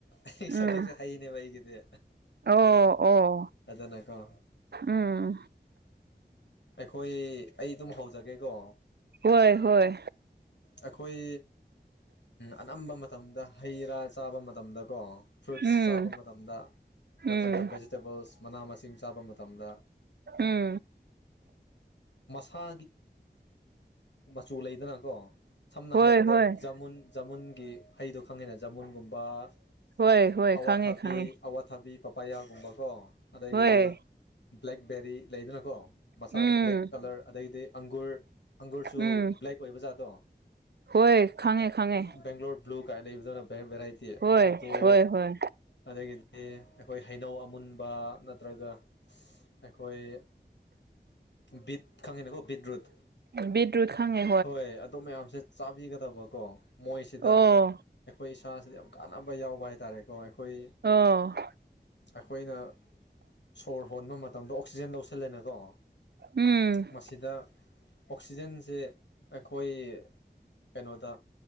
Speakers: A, on the left; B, on the right.
A: ꯑꯩꯒꯤ
B: ꯎꯝ
A: ꯁꯞꯖꯦꯛꯁꯦ ꯍꯩꯅꯦꯕ ꯑꯩꯒꯤꯗꯤ
B: ꯑꯣ ꯑꯣ
A: ꯑꯗꯨꯅꯀꯣ
B: ꯎꯝ
A: ꯑꯩꯈꯣꯏ ꯑꯩ ꯑꯗꯨꯝ ꯍꯧꯖꯒꯦꯀꯣ
B: ꯍꯣꯏ ꯍꯣꯏ
A: ꯑꯩꯈꯣꯏ ꯑꯅꯝꯕ ꯃꯇꯝꯗ ꯍꯩ ꯔꯥ ꯆꯥꯕ ꯃꯇꯝꯗꯀꯣ ꯐ꯭ꯔꯨꯏꯠꯁ
B: ꯎꯝ
A: ꯆꯥꯕ ꯃꯇꯝꯗ ꯅꯠꯇ꯭ꯔꯒ
B: ꯎꯝ
A: ꯚꯦꯖꯤ ꯇꯦꯕꯜꯁ ꯃꯅꯥ ꯃꯁꯤꯡ ꯆꯥꯕ ꯃꯇꯝꯗ
B: ꯎꯝ
A: ꯃꯁꯥ ꯃꯗꯅꯣ ꯁꯝꯅ
B: ꯍꯣꯏ
A: ꯍꯥꯏꯗ
B: ꯍꯣꯏ
A: ꯖꯥꯃꯨꯟ ꯖꯥꯃꯨꯟꯒꯤ ꯍꯩꯗꯣ ꯈꯪꯉꯤꯅ ꯖꯃꯨꯟꯒꯨꯝꯕ
B: ꯍꯣꯏ ꯍꯣꯏ
A: ꯑꯋꯥ
B: ꯈꯪꯉꯦ
A: ꯊꯥꯕꯤ
B: ꯈꯪꯉꯦ
A: ꯑꯋꯥ ꯊꯥꯕꯤ ꯄꯄꯥꯌꯥꯒꯨꯝꯕꯀꯣ ꯑꯗꯒꯤꯗꯤ
B: ꯍꯣꯏ
A: ꯕ꯭ꯂꯦꯛꯕꯦꯔꯤ ꯂꯩꯗꯅꯀꯣ ꯃꯁꯥ
B: ꯎꯝ
A: ꯕ꯭ꯂꯦꯛ ꯀꯂꯔ ꯑꯗꯒꯤꯗꯤ ꯑꯪꯒꯨꯔ ꯑꯪꯒꯨꯔꯁꯨ
B: ꯎꯝ
A: ꯕ꯭ꯂꯦꯛ ꯑꯣꯏꯕ ꯖꯥꯗꯣ
B: ꯍꯣꯏ ꯈꯪꯉꯦ ꯈꯪꯉꯦ
A: ꯕꯦꯡ꯭ꯂꯣꯣꯔ ꯭ꯂꯨ ꯀꯥꯏ ꯏꯅꯦꯔꯥꯏꯇꯤ
B: ꯍꯣꯏ
A: ꯑꯣ
B: ꯍꯣꯏ ꯍꯣꯏ
A: ꯑꯗꯗꯒꯤ ꯑꯩꯈꯣꯏ ꯍꯩꯅꯧ ꯑꯃꯨꯟꯕ ꯅꯠꯇ꯭ꯔꯒ ꯑꯩꯈꯣꯏ ꯕꯤꯠ ꯈꯪꯉꯤꯅꯦꯀꯣ ꯕꯤꯠꯔꯨꯠ
B: ꯕꯤꯠꯔꯨꯠ ꯈꯪꯉꯦ
A: ꯍꯣꯏ ꯑꯗꯨꯣ ꯃꯌꯥꯝꯁꯦ ꯆꯥꯕꯤꯒꯗꯕꯀꯣ ꯃꯣꯏꯁꯤꯗ
B: ꯑꯣ
A: ꯑꯩꯈꯣꯏ ꯏꯁꯥꯁꯤꯗ ꯌꯥꯝ ꯀꯥꯟꯅꯕ ꯌꯥꯎꯕ ꯍꯥꯏꯇꯥꯔꯦꯀꯣ ꯑꯩꯈꯣꯏ
B: ꯑꯣ
A: ꯑꯩꯈꯣꯏꯅ ꯁꯣꯔ ꯍꯣꯟꯕ ꯃꯇꯝꯗ ꯑꯣꯛꯁꯤꯖꯦꯟ ꯂꯧꯧꯁꯜꯂꯦꯅꯀꯣ
B: ꯎꯝ
A: ꯃꯁꯤꯗ ꯑꯣꯛꯁꯤꯖꯦꯟꯁꯦ ꯑꯩꯈꯣꯏ ꯀꯩꯅꯣꯗ